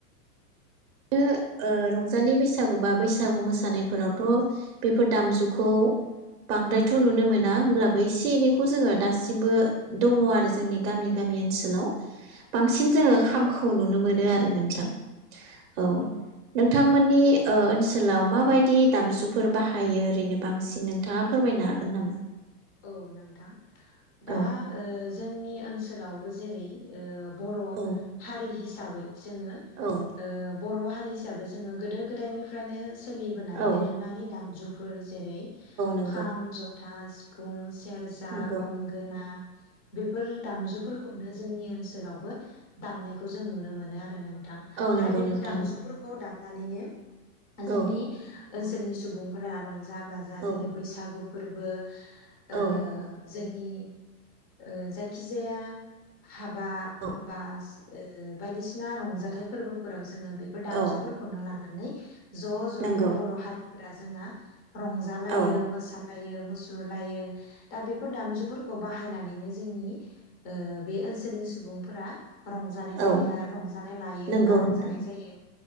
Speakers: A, on the right; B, on the left.
A: बि रंजालि बैसागु बा बैसागु मोसानायफोरावथ' बेफोर दामजुखौ बांद्रायथ' नुनो मोना होमब्लाबो एसे एनैखौ जोङो दासिमबो दङ आरो जोंनि गामि गामि ओनसोलाव बांसिन जोङो खामखौ नुनो मोनो आरो नोंथां औ नोंथांमोननि ओनसोलाव माबायदि दामजुफोर बाहायो ओरैनो बांसिन नोंथाङा फोरमायनो हागोन नामा
B: औ नोंथां दा
A: औ
B: ओ जोंनि ओनसोलावबो जेरै ओ बर'
A: औ
B: हारि हिस साबै जोङो ओ
A: औ
B: बर' हारि हिसाबै जोङो गोदो गोदायनिफ्रायनो सोलिबोनाय
A: औ
B: दोरोङारि दामजु फोर जेरै
A: नंगौ
B: खाम ज था सिफ फुं सि सेरजा
A: नंगौ
B: गंगोना बेफोर दामजुफोरखौ खौनो जोंनि ओनसोलावबो दामनायखौ जों नुनो मोनो आरो नों थां
A: औ नंगौ
B: दा बेफोर
A: नोंथां
B: दामजुफोरखौ दाम लानानैनो जोंनि
A: औ
B: ओनसोलनि सुबुंफोरा रंजा जा बाजा
A: औ
B: जेरै बैसागु फोरबो ओ
A: औ
B: जोंनि ओ जायखिजाया हाबा
A: औ
B: बा ओ बायदिसिना रंजाथाइ फोरबोफोराव जों जोङो बेफोर दामजुफोरखौनो
A: औ
B: लाना नै ज' ज'यै
A: नंगौ
B: बर' हारि फोरा जोंना रंजालायो
A: औ
B: मोसा लायो मुसुर लायो दा बेफोर दामजुफोरखौ बाहायनानैनो जोंनि ओ बे ओनसोलनि सुबुंफोरा रंजानाय जायो
A: औ
B: रंजानाय लायो
A: नंगौ
B: बा रंजानाय
A: नोंथां
B: जायो